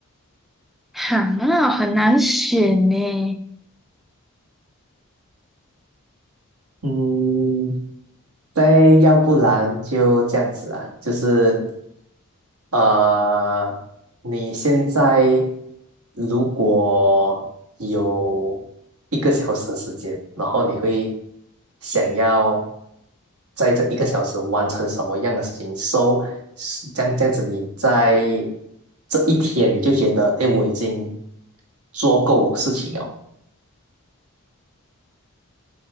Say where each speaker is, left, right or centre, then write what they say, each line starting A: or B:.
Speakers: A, in the centre; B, on the right.
A: 好啊，很难选呢。
B: 嗯，再要不然就这样子啊，就是呃，你现在如果有一个小时的时间，然后你会想要在这一个小时完成什么样的事情？So，是这样这样子，你在这一天你就觉得，哎，我已经做够事情了。